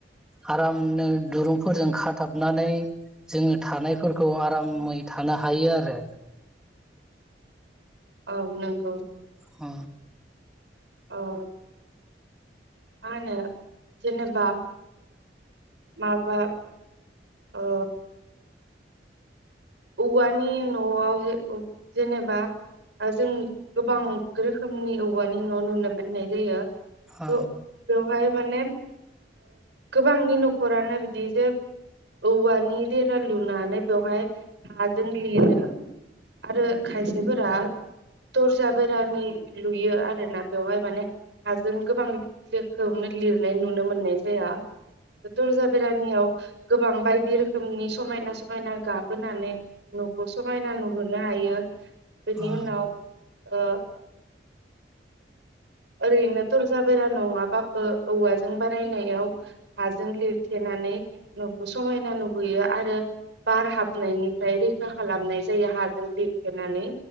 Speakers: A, in the centre; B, on the right (about 90°).
A: आरामनो दुरुंफोरजों खाथाबनानै जोङो थानायफोरखौ आरामै थानो हायो आरो।
B: औ नंगौ।
A: ह।
B: ओ <inaudible> मा होनो जेनेबा माबा ओ औवानि न'आव जेनेबा जों गोबां रोखोमनि औवानि न' नुनो मोननाय जायो
A: औ
B: बे बेवहाय माने गोबांनि न'खरानो बिदि जोब औवानि देरा लुनानै बेवहाय हाजों लिरो आरो खायसेफोरा दरजा बेरानि लुयो आरोना बेवहाय माने हाजों गोबां रोखोमनो लिरनाय नुनो मोननाय जाया दुरजा बेरानियाव गोबां बायदि रोखोमनि समायना समायना गाब होनानै न'खौ समायना नुहोनो हायो बेनि
A: औ
B: उनाव ओ ओरैनो थरजाबेरा नङाबाबो औवाजों बारायनायाव हाजों लिरथेना नानै न'खौ समायना नुहैयो आरो बार हाबनायनिफ्राय रैखा खालामनाय जायो हाजों लेरथेनानै